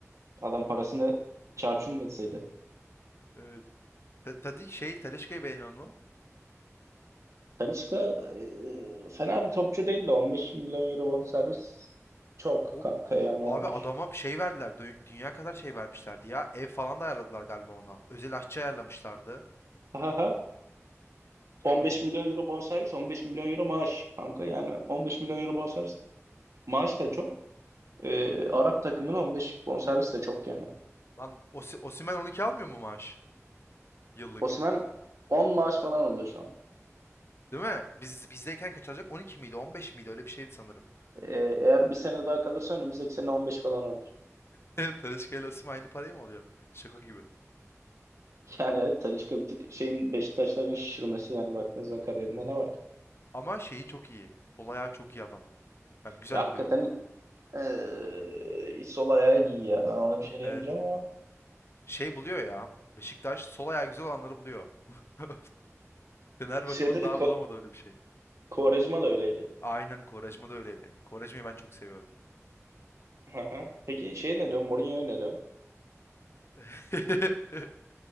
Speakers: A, on the right; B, on the left.
A: Adam parasını çarçur etseydi.
B: Evet. Ta- Tadi şey Tedesco'yu beğeniyor mu?
A: Talisca e, fena bir topçu değil de 15 milyon euro bonservis çok
B: O
A: kanka yani
B: abi
A: on beş.
B: adama bir şey verdiler. dü- Dünya kadar şey vermişlerdi ya. Ev falan da ayarladılar galiba ona. Özel aşçı ayarlamışlardı.
A: <laughs>
B: Sonra
A: 15
B: bir
A: milyon euro bonservis, 15 milyon euro maaş kanka. Yani 15 milyon euro bonservis. Maaş da çok. Ee, Arap takımına 15 bonservis de çok yani.
B: lan Osi- Osimhen 12 almıyor mu maaş? Yıllık.
A: Osimhen 10 maaş falan alıyor şu an.
B: Değil mi? Biz bizdeyken kaç alacak? 12 miydi? 15 miydi? Öyle bir şeydi sanırım.
A: Ee, eğer bir sene daha kalırsa önümüzdeki sene 15 falan alır. <laughs>
B: <laughs> Talisca ile Osimhen aynı parayı mı alıyor? Şaka gibi.
A: Yani evet Talisca bir tık şeyin Beşiktaşların şişirmesi yani baktığınız zaman kariyerinde ne var ki?
B: Ama şeyi çok iyi. Sol ayağı çok iyi adamın. Yani güzel
A: Ya hakikaten
B: vuruyor.
A: ee, sol ayağı iyi ya. Ben ona bir şey diyemeyeceğim
B: Evet.
A: ama
B: Şey buluyor ya. Beşiktaş sol ayağı güzel olanları buluyor. <laughs> Fener
A: şeyde
B: bakalım daha
A: de Ko
B: bulamadı öyle bir şey.
A: Quaresma da öyleydi.
B: Aynen Quaresma da öyleydi. Quaresma'yı ben çok seviyordum.
A: <laughs> Peki şey ne diyorsun? Mourinho'ya ne diyorsun?
B: <laughs>